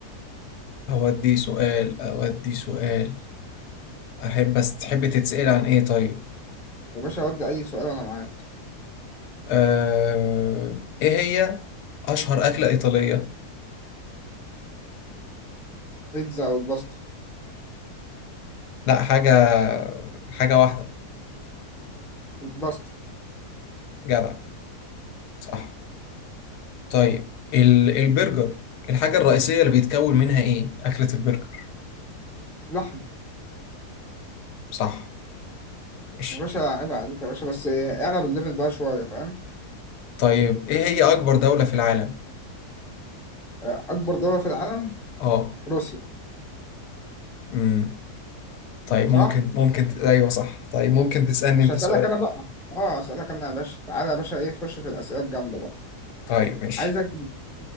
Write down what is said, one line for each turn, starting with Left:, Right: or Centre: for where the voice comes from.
Left: اودي سؤال اودي سؤال احب بس تحب تتسأل عن ايه طيب
Centre: يا باشا ودي أي سؤال أنا معاك
Left: آه ايه هي اشهر أكلة إيطالية
Centre: بيتزا أو الباستا
Left: لا حاجة حاجة واحدة
Centre: الباستا
Left: جدع صح طيب ال- البرجر الحاجة الرئيسية اللي بيتكون منها ايه؟ أكلة البرجر
Centre: لحم
Left: صح ماشي
Centre: يا باشا عيب عليك يا باشا بس اعلى بالليفل بقى شوية فاهم؟
Left: طيب ايه هي أكبر دولة في العالم؟
Centre: أكبر دولة في العالم
Left: اه
Centre: روسيا
Left: امم طيب
Centre: صح؟
Left: ممكن ممكن ت- ايوه صح طيب ممكن تسألني
Centre: مش
Left: انت
Centre: هسألك
Left: سؤال
Centre: أنا بقى اه هسألك أنا يا باشا تعالى يا باشا إيه خش في الأسئلة الجامدة بقى
Left: طيب ماشي
Centre: عايزك